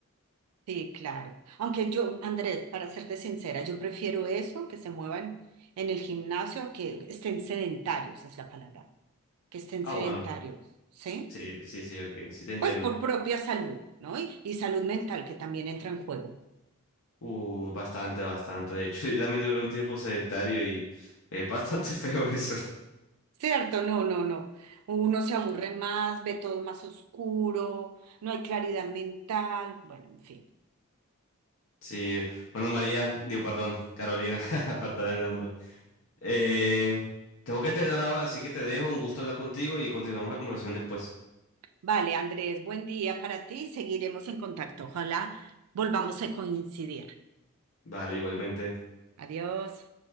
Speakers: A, on the right; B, on the left.
A: Sí, claro. Aunque yo, Andrés, para serte sincera, yo prefiero eso, que se muevan en el gimnasio, a que estén sedentarios, es la palabra, que estén
B: Ah,
A: sedentarios,
B: bueno,
A: ¿sí?
B: sí, sí, sí, ok, sí te entiendo.
A: Pues por propia salud, ¿no? Y, y salud mental que también entra en juego.
B: Uh, bastante, bastante. De hecho, <laughs> yo también duré un tiempo sedentario y es bastante <laughs> feo eso.
A: Cierto, no, no, no. Uno se aburre más, ve todo más oscuro, no hay claridad mental, bueno, en fin.
B: Sí, bueno, María, digo, perdón, Carolina, <laughs> apartar el nombre. Eh, tengo que entrenar ahora, así que te dejo. Un gusto hablar contigo y continuamos la conversación después.
A: Vale, Andrés, buen día para ti. Seguiremos en contacto. Ojalá volvamos a coincidir.
B: Vale, igualmente.
A: Adiós.